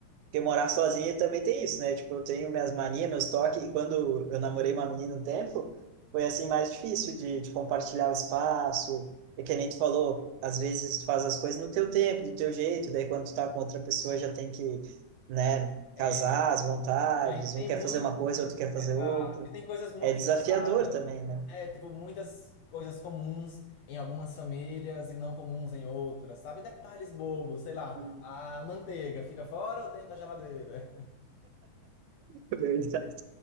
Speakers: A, on the right; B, on the left.
A: Porque morar sozinho também tem isso, né? Tipo, eu tenho minhas manias, meus toques, e quando eu namorei uma menina um tempo, foi assim mais difícil de, de compartilhar o espaço. É que nem tu falou, às vezes tu faz as coisas no teu tempo, do teu jeito, daí quando tu tá com outra pessoa já tem que, né,
B: É,
A: casar as vontades,
B: não, e tem
A: um quer
B: muito.
A: fazer uma coisa, outro quer fazer
B: Exato.
A: outra.
B: E tem coisas muito
A: É desafiador
B: engraçadas.
A: também, né?
B: É, tipo, muitas coisas comuns em algumas famílias e não comuns em outras, sabe? Detalhes bobos, sei lá.
A: <laughs>
B: A manteiga fica fora ou dentro da geladeira,
A: É Verdade.